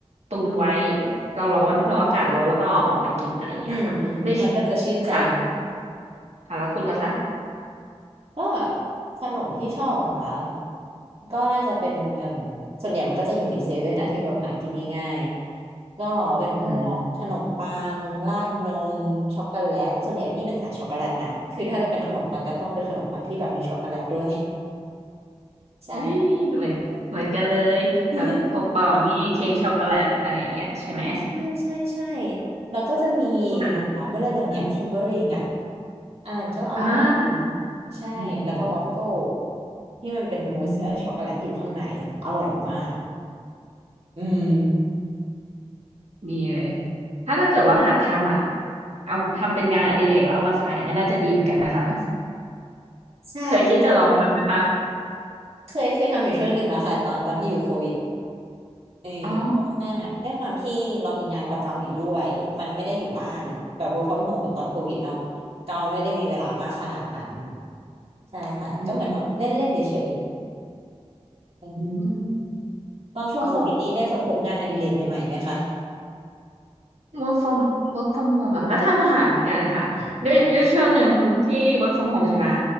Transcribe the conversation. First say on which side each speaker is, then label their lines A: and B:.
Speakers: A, on the right; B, on the right.
A: ตุนไว้เราร้อนเราอากาศร้อนแล้วก็เอาออกมากินอะไรอย่างเงี้ยค่ะเลย
B: อืมมันก็จะชื่นใจเนอะ
A: ค่ะค่ะแล้วคุณล่ะคะ
B: ก็ขนมที่ชอบเหรอะคะก็น่าจะเป็นเอ่มส่วนใหญ่มันก็จะอยู่ในเซเว่นนะที่แบบหากินง่ายๆก็เป็นพวกขนมปังราดนมช็อกโกแลตส่วนใหญ่นี่เป็นสายช็อกโกแลตนะคือถ้าจะเป็นขนมปังก็ต้องเป็นขนมปังที่แบบมีช็อกโกแลตด้วย
A: อืม
B: <laughs> ใช่
A: เฮ้ยเหมือนเหมือนกันเลยแบบพกบอลนี่เค้กช็อกโกแลตอะไรอย่างเงี้ยใช่ไหม
B: <laughs> ใช่ใช่ใช่แล้วก็จะมีอ่าเมื่อเร็วๆเนี่ยทิมเบอริงอ่ะ
A: มันอม
B: อันนั้นก็อร่อย
A: อ่า
B: ใช่แล้วก็วอฟเฟิล
A: อืมอืม
B: ที่มันเป็นมูสเอ่อช็อกโกแลตอยู่ข้างในอร่อยมาก
A: อืม
B: อืม
A: มีเลย ถ้าถ้าเกิดว่าหัดทำอ่ะ เอาทำเป็นงานอดิเรกแล้วเอามาขายก็น่าจะดีเหมือนกันนะคะ
B: ใช่
A: เคยคิดจะลองทำไหมคะ
B: เคยเคยทำอยู่ช่วงหนึ่งแล้วค่ะตอนตอนที่อยู่โควิดเออแต่ว่าด้วยความที่เรามีงานประจำอยู่ด้วยมันไม่ได้อยู่บ้านแบบ
A: อ๋อ
B: work from home เหมือนตอนโควิดเนาะก็ไม่ได้มีเวลามากขนาดนั้นใช่ค่ะก็เหมือนทำเล่นๆเฉย
A: อืม
B: ๆอืม
A: อืม
B: ตอนช่วงโควิดนี้ได้ค้นพบงานอดิเรกใหม่ๆไหมคะ
A: ก็ work from work from home เหรอคะก็ทำอาหารเหมือนกันค่ะด้วยด้วยช่วงหนึ่งที่
B: อ่า
A: work from home ใช่ไหม